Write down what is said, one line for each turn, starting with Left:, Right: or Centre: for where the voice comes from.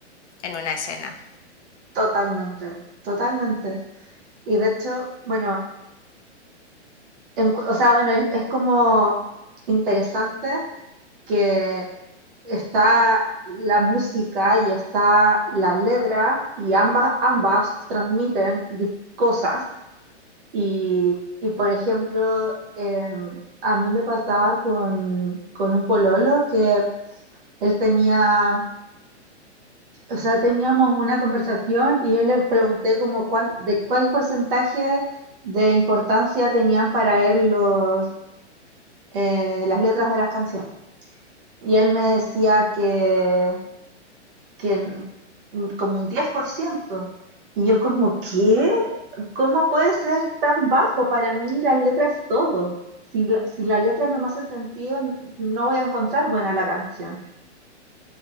Left: en una escena.
Right: Totalmente, totalmente. Y de hecho, bueno, en- o sea, bueno, es, es como interesante que está la música y está la letra y ambas, ambas transmiten dis- cosas. Y, y, por ejemplo, em, a mí me pasaba con, con un pololo que él tenía, o sea, teníamos una conversación y yo le pregunté como cuán- de cuál porcentaje de importancia tenían para él los eh, las letras de las canciones. Y él me decía que, que como un diez por ciento Y yo como, ¿qué? ¿Cómo puede ser tan bajo? Para mí las letras es todo. Si la, si la letra no me hace sentido, no voy a encontrar buena la canción.